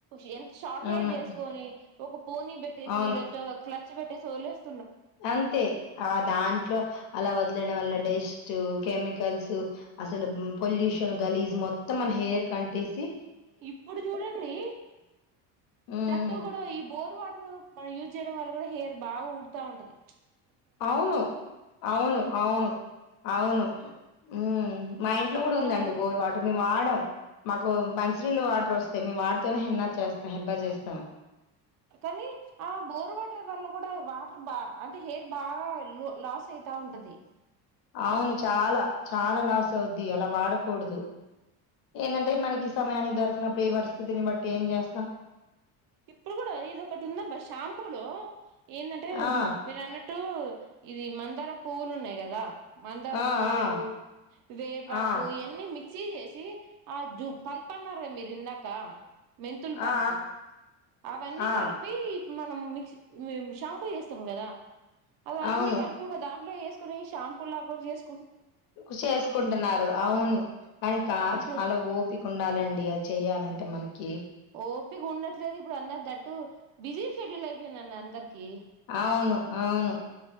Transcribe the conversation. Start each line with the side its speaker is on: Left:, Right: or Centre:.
Right: యెంత్ షార్ట్
Left: అవును.
Right: హెయిర్ చేసుకొని ఒకప్ పోనీ బెట్టేసి
Left: అవును.
Right: లేపొతే ఓ క్లచ్ విడ్చి పెట్టేసి వొదిలెస్
Left: అంతే ఆ దాంట్లో అల వదిలేయడం వల్ల జ్ డెస్ట్ కెమికల్స్ అసలు మ్ పొల్యూషన్ గలీజ్ మొత్తం మన హెయిర్ కంటేసి
Right: ఇప్పుడు చూడండి
Left: హ్మ్.
Right: దట్టు కూడా ఈ బోర్ వాటర్ మనం యూజ్ చేయడం వల్ల కూడా హెయిర్ బా బాగ ఊడతాఉంటది
Left: అవును అవును అవును అవును ఉ మా ఇంట్లో కూడా
Right: కొంతమ
Left: ఉందండి బోర్ వాటర్ మేమ్ వాడం మాకు మంచినీళ్ళు వాటర్ వస్తాయి మేము వాటితోనే హెన్న చేస్తాం హెడ్ బాత్ చేస్తాం
Right: కనీ ఆ బోర్ వాటర్ వల్ల కూడా వాటర్ బా అంటే హెయిర్ బాగా లాస్ అయితా ఉంటది
Left: అవును చాలా చాలా లాస్ అవుద్ది అలా వాడకూడదు ఏంటంటే మనకి సమయానికి దొరకనప్పుడు ఈ పరిస్థితిని బట్టి ఏం చేస్తాం
Right: ఇప్పుడు కూడా ఇదొక్కటి ఉందబ్బ షాంపూ లో ఏందంటే
Left: ఆ!
Right: మీరు అన్నట్టు ఇది మందార పువ్వులున్నాయి కదా మందార
Left: ఆ!
Right: పూలు
Left: ఆ!
Right: వేపాకు
Left: ఆ!
Right: ఇయన్నీ మిక్సీ చేసి ఆ జూ పల్పన్నారుగా మీరు ఇందాక్ క్క మెంతుల్ పల్ప్
Left: ఆ! ఆ!
Right: అవన్నీ
Left: ఆ!
Right: కలిపి మనం మిక్సి షాంపూ చేస్తాం కదా అవన్నీ
Left: అవును.
Right: కలిపి ఓక దాంట్ ఇంట్లో చఏసుకొని శాంపులాగా కూడా చేస్
Left: కృషి చేసుకుంటున్నారు అవును కానికచాలా
Right: ఇప్పుడు
Left: ఓపిక ఉండాలండి అది చెయాలంటే మనకి
Right: ఓపిగా ఉండట్లేదు ఇప్పుడు అందరు దట్టు బిజీ షెడ్యూల్ అయిపోయిందిన్న అందరికి
Left: అవును. అవును.